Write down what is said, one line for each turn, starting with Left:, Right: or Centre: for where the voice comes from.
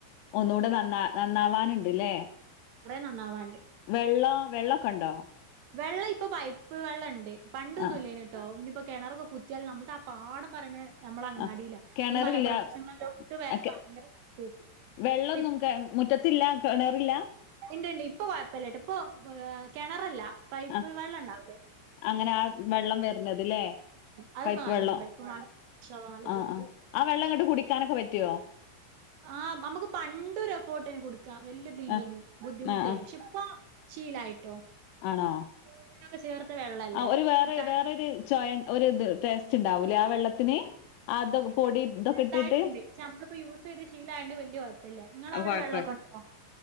Left: ഒന്നൂടെ നന്നാ നന്നാവാനുണ്ട്ല്ലേ?
Right: കൊറെ നന്നാവാന്ണ്ട്
Left: വെള്ളോ വെള്ളൊക്കെ ഉണ്ടോ?
Right: വെള്ളം ഇപ്പൊ പൈപ്പ് വെള്ളം ഇണ്ട് പണ്ടൊന്നുല്ലേന്
Left: ആഹ്
Right: ട്ടോ ഇനിപ് ഇപ്പൊ കെണറൊക്കെ കുത്തിയാലും നമ്മളത് ആ പാഠം <unintelligible> ഞമ്മളങ്ങാടീലാ
Left: ആഹ് കിണറില്ല
Right: ഈ മലപ്രദേശങ്ങളിലോട്ട് വരാൻ
Left: ഒക്കെ
Right: ഭയങ്കര ടഫായിരിക്കും
Left: വെള്ളൊന്നും
Right: ഇപ്പൊ
Left: കെ മുറ്റത്തില്ല കെണറില്ല?
Right: ഇണ്ട് ഇണ്ട് ഇപ്പൊ കൊയപ്പല്ലാട്ടോ ഇപ്പൊ ഏഹ് കെണറല്ല പൈപ്പ്
Left: ആഹ്
Right: വെള്ളം ഉണ്ടാവൂലേ?
Left: അങ്ങനെ ആ വെള്ളം വെരുന്നത് ല്ലേ
Right: അതിപ്പോ
Left: പൈപ്പ്
Right: നല്ലോണ്ടാ
Left: വെള്ളം
Right: ഇപ്പൊ മാഷാഅള്ളാ നല്ലതീക്ക്
Left: ആഹ്
Right: പോവും
Left: ആഹ് ആ വെള്ളം ഇങ്ങട്ട് കുടിക്ക് ടിക്കാനൊക്കെ പറ്റുവോ?
Right: ആഹ് നമ്മക്ക് പണ്ട് ഒരു എഫേട്ടേന് കുടിക്കാൻ വെല്ല്യതില്ലേനു
Left: ആഹ്
Right: ബുദ്ധിമുട്ടേനു
Left: ആഹ് ആഹ്
Right: പക്ഷെ ഇപ്പ ശീലായിട്ടോ
Left: ആണോ
Right: ക്ലോറിനൊക്കെ ചേർത്ത വെള്ളല്ലേ
Left: ആഹ് ഒരു വേറെ
Right: ത-
Left: വേറൊരു ചൊയ ഇണ്ട് ഒരുത് ടേസ്റ്റ് ഇണ്ടാവൂല്ലേ ആ വെള്ളത്തിന് അതൊക് പൊടി ഇതൊക്കെ
Right: ചെറുതായിട്ടുണ്ട്
Left: ഇട്ടിട്ട്
Right: പക്ഷെ നമ്മളിപ്പോ യൂസ് ചെയ്ത് ശീലായോണ്ട് വല്യ കുഴപ്പല്ല ഇങ്ങളവിടെ
Left: അത് കൊഴപ്പ
Right: വെള്ളൊക്കെ ഉണ്ടോ